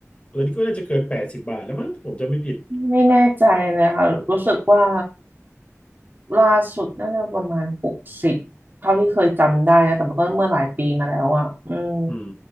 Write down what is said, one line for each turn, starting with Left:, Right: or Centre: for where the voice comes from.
Left: ตอนนี้ก็น่าจะเกินแปดสิบบาทแล้วมั้งผมจะไม่ผิด
Right: ไม่แน่ใจเลยค่ะรู้สึกว่า ล่าสุดน่าจะประมาณหกสิบเท่าที่เคยจำได้นะแต่มันก็เมื่อหลายปีมาแล้วอ่ะอืม
Left: อืม